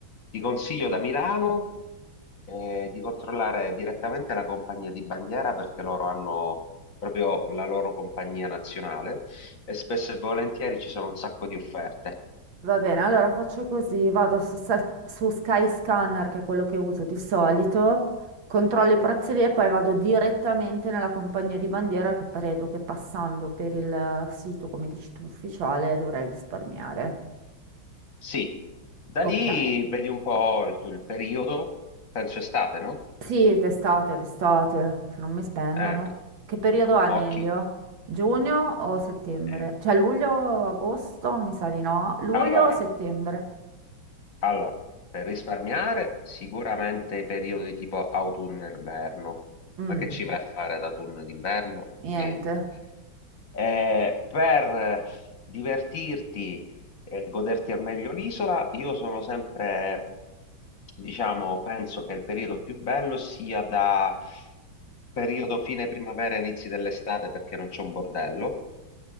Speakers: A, on the left; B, on the right.
A: Ti consiglio da Milano, eh, di controllare direttamente la compagnia di bandiera perché loro hanno proprio la loro compagnia nazionale e spesso e volentieri ci sono un sacco di offerte.
B: Va bene, allora faccio così, vado su, Sa- su Skyscanner, che è quello che uso di solito, controllo i prezzi lì e poi vado direttamente nella compagnia di bandiera che credo che passando per il sito, come dici tu, ufficiale dovrei risparmiare.
A: Sì, da
B: Ok.
A: lì vedi un po' il, il periodo, penso estate, no?
B: Sì, d'estate, d'estate, se non mi spennano.
A: Eh,
B: Che periodo è
A: occhi.
B: meglio? Giugno o settembre?
A: eh,
B: Cioè luglio, agosto? Mi sa di no. Luglio
A: allora,
B: o settembre?
A: Allora, per risparmiare sicuramente i periodi tipo autunno-inverno,
B: Mm,
A: ma che ci vai a fare da autunno ed inverno?
B: niente.
A: Niente. Eh, per eh, divertirti e goderti al meglio l'isola, io sono sempre, diciamo, penso che il periodo più bello sia da periodo fine primavera, inizi dell'estate, perché non c'è un bordello.